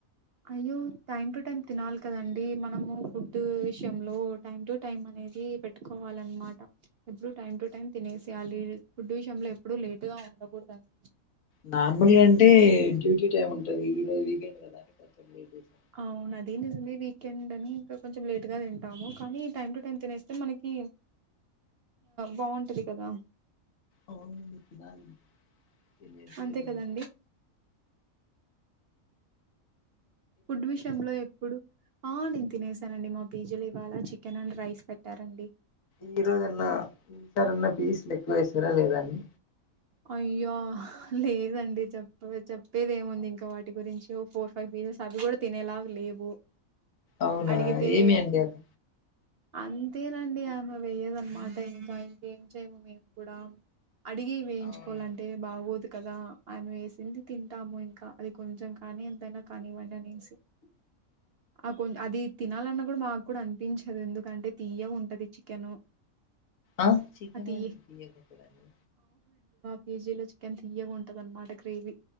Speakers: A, on the right; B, on the left.
A: అయ్యో టైం టు టైం తినాలి కదండీ మనము ఫుడ్ విషయంలో టైం టు టైం అనేది పెట్టుకోవాలన్నమాట ఎప్పుడు టైం టు టైం తినేసేయాలి ఫుడ్ విషయంలో ఎప్పుడూ లేటుగా ఉండకూడదండి
B: నార్మల్గా అంటే డ్యూటీ టైమ్ ఉంటది ఈ రోజు వీకెండ్ కదాని కొంచెం లేట్ చేసాను
A: అవునది నిజమే వీకెండ్ అని ఇంకా కొంచెం లేట్గా తింటాము కానీ టైం టు టైం తినేస్తే మనకి బాగుంటది కదా
B: అ తినాలి తినేసి
A: అంతే
B: ఏదన్నా
A: కదండి ఫుడ్ విషయంలో ఎప్పుడు ఆ నేను తినేసానండి మా పీజీ లో ఇవాళ చికెన్ అండ్ రైస్ పెట్టారంండి
B: ఈ రోజన్న ఈ సారన్న పీస్లు ఎక్కువ వేసారా లేదా అండి
A: అయ్యో లేదండి చెప్ప చెప్పేదేముంది ఇంక వాటి గురించి ఓ ఫోర్ ఫైవ్ పీసెస్ అవి కూడా తినేలాగా లేవు
B: అవునా
A: అడిగితే
B: ఏమి అండి అస్
A: అంతేనండి ఆమె వేయదన్నమాట. ఇంకా ఇంకేం చేయము మేము కూడా, అడిగి వేయించ
B: అవునా
A: చెప్పుకోవాలంటే బాగోదు కదా ఆమె వేసింది తింటాము. ఇంకా అది కొంచెం కానీ ఎంతైనా కాని ఇవ్వండి అనేసి ఆ కొ అది తినాలన్నా కూడా మాకు కూడా అనిపించదు. ఎందుకంటే తీయ్యగా ఉంటది చికెన్.
B: ఆ చికనే
A: ఆ తీయ
B: ఎందుకు తీయ్యగా అవుతుంది అండి
A: కేజీలో చికెన్ తీయగా ఉంటది అనమాట. గ్రేవీ